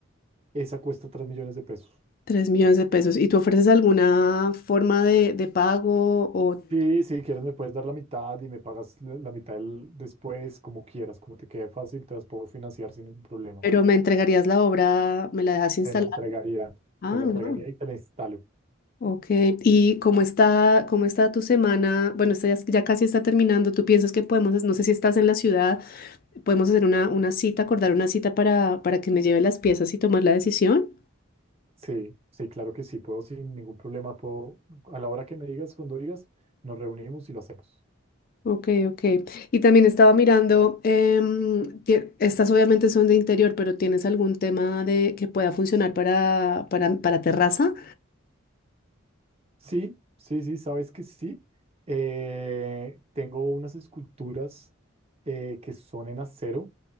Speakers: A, on the right (about 30°); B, on the left (about 45°).
A: Esa cuesta tres millones de pesos.
B: Tres millones de pesos. ¿Y tú ofreces alguna forma de, de pago o,
A: Sí, si quieres me puedes dar la mitad y me pagas la, la mitad el- después, como quieras, como te quede fácil, te las puedo financiar sin ningún problema.
B: pero me entregarías la obra, me la dejas instalar?
A: Te la entregaría,
B: Ah,
A: te la
B: wow.
A: entregaría y te la instalo.
B: Ok. ¿Y cómo está, cómo está tu semana? Bueno, esta ya, ya casi está terminando. ¿Tú piensas que podemos, no sé si estás en la ciudad, podemos hacer una, una cita, acordar una cita para, para que me lleve las piezas y tomar la decisión?
A: Sí, sí, claro que sí, puedo sin ningún problema, puedo, a la hora que me digas, cuando digas, nos reunimos y lo hacemos.
B: Ok, ok. Y también estaba mirando, em, tie- estas obviamente son de interior, pero ¿tienes algún tema de que pueda funcionar para, para, para terraza?
A: Sí, sí, sí, sabes que sí. Eh, tengo unas esculturas eh, que son en acero,